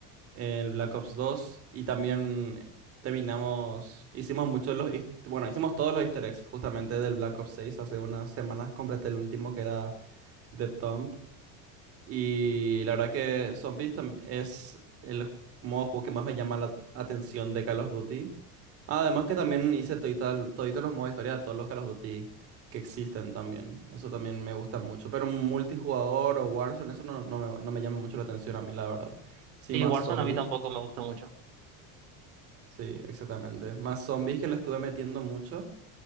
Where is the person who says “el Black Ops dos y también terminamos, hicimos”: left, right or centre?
Right